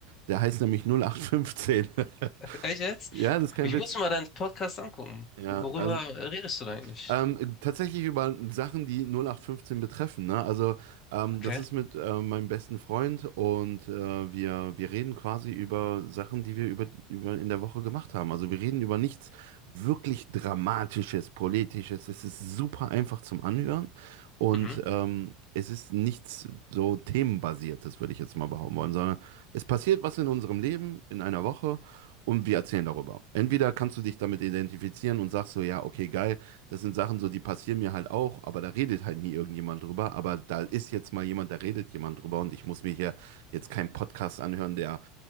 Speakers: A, on the right (about 75°); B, on the left (about 30°).
A: Der heißt nämlich 0815. <laughs>
B: Echt jetzt?
A: Ja, das ist kein
B: Ich
A: Witz.
B: muss mir mal deinen Podcast angucken.
A: Ja,
B: Worüber
A: also
B: redest du da eigentlich?
A: ähm, tatsächlich über Sachen, die 0815 betreffen. Ne? Also ähm,
B: Okay.
A: das ist mit äh, meinem besten Freund und äh, wir, wir reden quasi über Sachen, die wir über, über in der Woche gemacht haben. Also wir reden über nichts wirklich Dramatisches, Politisches. Es ist super einfach zum Anhören und
B: Mhm.
A: ähm, es ist nichts so themenbasiertes, würde ich jetzt mal behaupten wollen, sondern es passiert was in unserem Leben in einer Woche. Und wir erzählen darüber. Entweder kannst du dich damit identifizieren und sagst so, ja, okay, geil, das sind Sachen so, die passieren mir halt auch, aber da redet halt nie irgendjemand drüber. Aber da ist jetzt mal jemand, da redet jemand drüber und ich muss mir hier jetzt keinen Podcast anhören, der